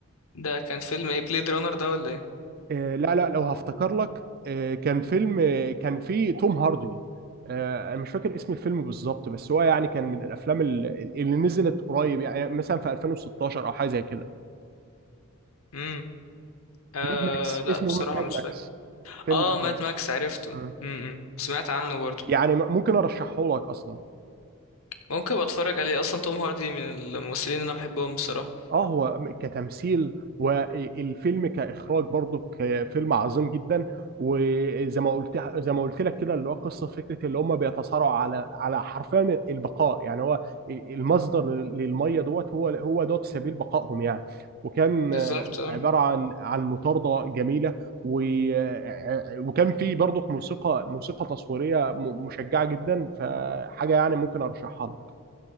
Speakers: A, on the left; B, on the right.
A: ده كان فيلم ايه بليد رانر ده ولا ايه
B: آه، لا لا لو هفتكر لك آه، كان فيلم آه، كان فيه توم هاردي آه، انا مش فاكر اسم الفيلم بالظبط بس هو يعني كان من الافلام ال- اللي نزلت قريب يعني مثلا في 2016 او حاجه زي كده
A: امم آه
B: ماد ماكس
A: لا
B: اسمه
A: بصراحة
B: ماد
A: مش
B: ماكس
A: فاكر
B: فيلم
A: اه
B: ماد
A: مات
B: ماكس
A: ماكس عرفته
B: آه.
A: امم سمعت عنه برضو
B: يعني م- ممكن ارشحه لك اصلا
A: ممكن ابقى اتفرج عليه اصلا توم هاردي من الممثلين اللي انا بحبهم بصراحة
B: اه هو كتمثيل والفيلم كاخراج برضو فيلم عظيم جدا وزي ما قلت زي ما قلت لك كده اللي هو قصه فكره اللي هم بيتصارعوا على على حرفيا البقاء يعني هو المصدر للميه دوت هو هو دوت سبيل بقائهم يعني وكان
A: بالظبط
B: آه،
A: آه.
B: عباره عن عن مطارده جميله و- آه، وكان في برضو موسيقى موسيقى تصويريه م- مشجعه جدا فحاجه يعني ممكن ارشحها لك